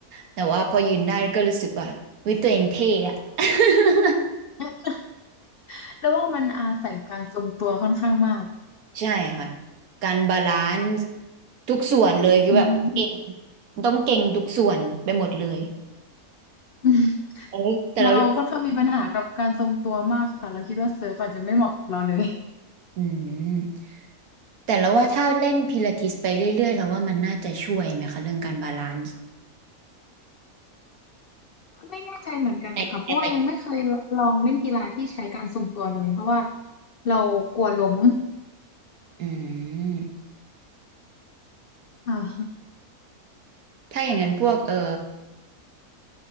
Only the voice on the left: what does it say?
<laughs> แล้วว่ามันอาศัยการทรงตัวค่อนข้างมาก
อืม
อืม
เราค่อนข้างมีปัญหากับการทรงตัวมากค่ะเราคิดว่าเซิร์ฟอาจจะไม่เหมาะกับเราเลย
ไม่แน่ใจเหมือนกันนะคะเพราะว่ายังไม่เคยลองเล่นกีฬาที่ใช้การทรงตัวเลยเพราะว่า
เรากลัวล้ม
อ่า